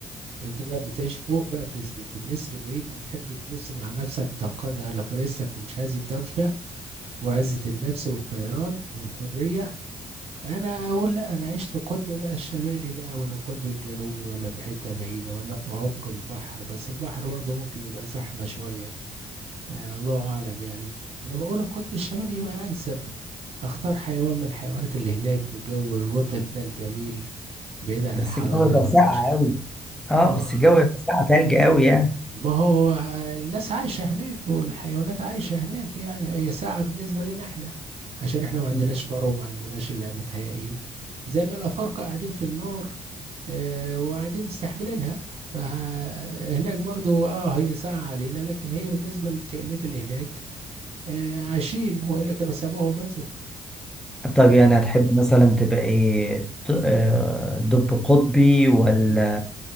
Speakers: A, on the right; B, in the centre.
A: انت بقى بتعيش فوق بقى في في النسر بعيد وتحب تبص مع نفسك وتنقض على فريسك ومش عايز الدوشة وعزة النفس والطيران والحرية انا اقول لا انا عشت القطب بقى الشمالي بقى ولا القطب الجنوبي ولا في حته بعيده ولا في عمق البحر بس البحر برضه ممكن يبقى زحمه شويه آه الله اعلم يعني انا بقول القطب الشمالي يبقى انسب اختار حيوان من الحيوانات اللي هناك في الجو الرطب ده الجميل بعيد عن
B: بس
A: الحراره
B: الجو بقى
A: والدوشه
B: ساقع قوي اه
A: ما
B: بس الجو يبقى ساقع تلج قوي يعني
A: ما هو الناس عايشة هناك والحيوانات عايشة هناك يعني هي ساعة بالنسبة لنا احنا عشان احنا ما عندناش
B: مم.
A: فار وما عندناش اللي متهيئين زي ما الأفارقة قاعدين في النار اه وقاعدين مستحملينها فهناك برضو اه هي ساعة علينا لكن هي بالنسبة للكائنات اللي هناك اه عايشين وإلا كانوا سابوها وماتوا
B: طب
A: آه،
B: يعني هتحب مثلا تبقى ايه ط- آه، دب قطبي ولا
A: جميل